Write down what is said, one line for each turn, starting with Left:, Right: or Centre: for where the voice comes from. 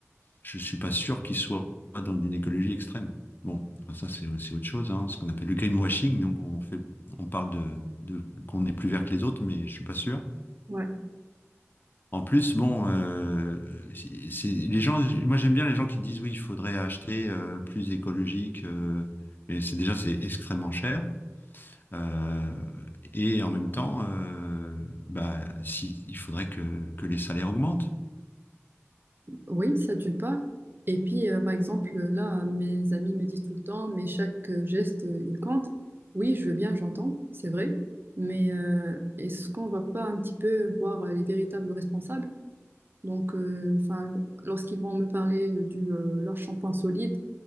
Left: je suis pas sûr qu'il soit dans une écologie extrême. Bon, enfin, ça c'est c'est autre chose, hein, ce qu'on appelle le greenwashing. Donc on fait, on parle de, de- qu'on est plus vert que les autres, mais je suis pas sûr.
Right: Ouais.
Left: En plus, bon, euh, c'est c'est- les gens. Moi j'aime bien les gens qui disent oui, il faudrait acheter euh, plus écologique, euh, mais c'est déjà c'est extrêmement cher. Euh, et en même temps, euh, bah, si, il faudrait que, que les salaires augmentent.
Right: Oui, ça d'une part. Et puis, euh, par exemple, là, mes amis me disent tout le temps, mais chaque euh, geste, euh, il compte. Oui, je veux bien, j'entends, c'est vrai. Mais euh, est-ce qu'on va pas un petit peu voir euh, les véritables responsables? Donc, euh, enfin, lorsqu'ils vont me parler euh, du euh, leur shampoing solide,